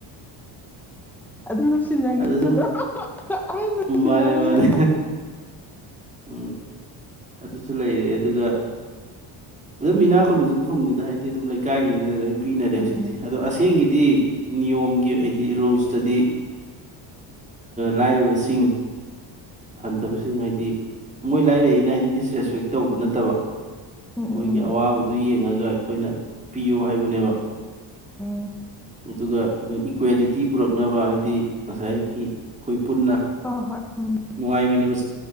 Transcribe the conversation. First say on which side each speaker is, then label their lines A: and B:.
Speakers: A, in the centre; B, on the right.
A: ꯑꯗꯨꯝ ꯅꯨꯡꯁꯤꯅꯈꯤꯕꯗꯣ
B: ꯑ ꯑꯁꯨ
A: ꯑꯃꯨꯛ ꯅꯨꯡꯁꯤꯅꯕꯅꯦ
B: ꯃꯥꯔꯦ ꯃꯥꯔꯦ ꯎꯝ ꯑꯗꯨꯁꯨ ꯂꯩꯔꯦ ꯑꯗꯨꯒ ꯑꯗꯨꯝ ꯃꯤꯅꯥ ꯈꯨꯨꯟꯕꯁꯨ ꯑꯗꯨꯝ ꯊꯨꯡꯉꯦꯗ ꯍꯥꯏꯕꯗꯤ ꯑꯗꯨꯝ ꯂꯩꯀꯥꯏꯅꯤꯅꯅ ꯂꯣꯏ ꯄꯤꯅꯔꯦ
A: ꯎꯝ
B: ꯍꯧꯖꯤꯛꯇꯤ ꯑꯗꯣ ꯑꯁꯦꯡꯒꯤꯗꯤ ꯅꯤꯌꯣꯝꯒꯤ ꯍꯥꯏꯗꯤ ꯔꯨꯜꯁꯇꯗꯤ ꯂꯥꯏꯔꯕꯁꯤꯡ ꯍꯟꯊꯕꯁꯤꯡ ꯍꯥꯏꯗꯤ ꯃꯣꯏ ꯂꯥꯏꯔꯛꯏꯅ ꯍꯥꯏ ꯗꯤꯁ ꯔꯦꯁꯄꯦꯛ ꯇꯧꯕ ꯅꯠꯇꯕ
A: ꯎꯝ ꯎꯝ ꯎꯝ
B: ꯃꯣꯏꯒꯤ
A: ꯎꯝ
B: ꯑꯋꯥꯕꯗꯨ ꯌꯦꯡꯉꯒ ꯑꯩꯈꯣꯏ ꯑꯩꯈꯣꯏꯅ ꯄꯤꯌꯨ ꯍꯥꯏꯕꯅꯦꯕ
A: ꯑꯝ
B: ꯑꯗꯨꯒ ꯏꯀ꯭ꯋꯦꯂꯤꯇꯤ ꯄꯨꯔꯛꯅꯕ ꯍꯥꯏꯗꯤ ꯉꯁꯥꯏꯒꯤ ꯑꯩꯈꯣꯏ ꯄꯨꯟꯅ
A: ꯍꯣꯏ ꯍꯣꯏ ꯍꯣꯏ ꯎꯝ
B: ꯅꯨꯡꯉꯥꯏꯃꯤꯟꯅꯕ